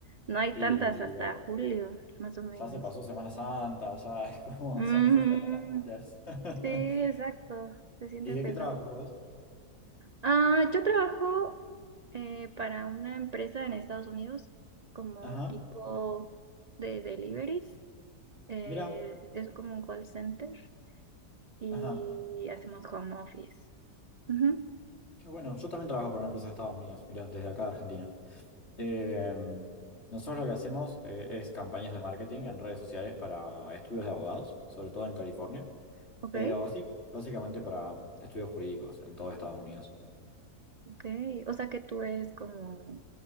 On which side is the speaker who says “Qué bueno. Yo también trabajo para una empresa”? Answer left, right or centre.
Left